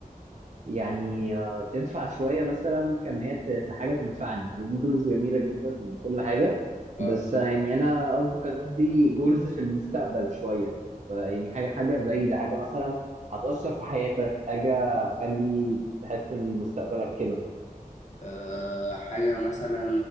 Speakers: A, on the right (about 55°); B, on the left (about 50°).
A: يعني آه، تنفع شوية مثلا كان هي ت- ت- حاجة تنفعني هي دي جولز جميلة جدا من كل حاجة
B: آه
A: بس آه، يعني أنا قصدي كان قصدي جولز في المستقبل شوية فيعني حاجة حاجة بعيدة حاجة مثلا هتأثر في حياتك حاجة هتخلي تحس إن مستقبلك كده
B: آه، حاجة مثلا